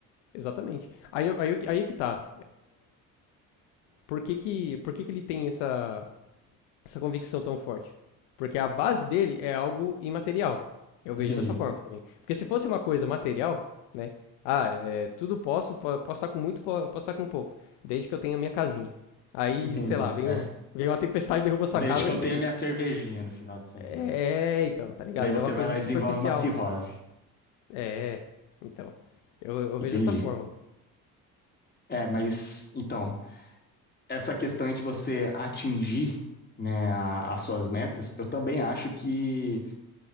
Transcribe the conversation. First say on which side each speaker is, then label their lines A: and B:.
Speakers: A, on the left; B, on the left.
A: exatamente. Aí, eu- aí, eu aí é que tá. Por que que, por que que ele tem essa, essa convicção tão forte? Porque a base dele é algo imaterial. Eu vejo
B: Entendi,
A: dessa forma também. Porque se fosse uma coisa material, né? Ah, é, tudo posso, po- posso estar com muito, po- posso estar com pouco. Desde que eu tenha minha casinha. Aí,
B: entendi.
A: sei lá, vem,
B: É.
A: o- vem uma tempestade e derruba sua
B: Desde
A: casa,
B: que eu
A: e, enfim.
B: tenha minha cervejinha no final de semana.
A: É, então, tá ligado?
B: Daí você
A: É uma coisa
B: vai lá
A: superficial.
B: e desenvolve uma cirrose.
A: É, então. Eu, eu
B: Entendi.
A: vejo dessa forma.
B: É, mas então, essa questão de você atingir, né, a- as suas metas, eu também acho que